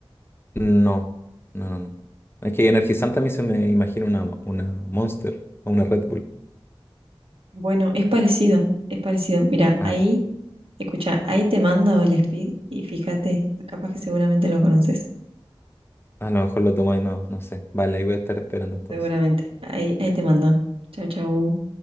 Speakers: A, on the left; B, on the right.
A: No, no, no, no. Es que energizante a mí se me imagina una, una Monster o una Red Bull.
B: Bueno, es parecido, es parecido. Mira,
A: Ah,
B: ahí Escucha, ahí te mando el speed y fíjate, capaz que seguramente lo conoces.
A: a lo mejor lo tomáis, no, no sé. Vale, ahí voy a estar esperando entonces.
B: Seguramente. Ahí, ahí te mando. Chau, chau.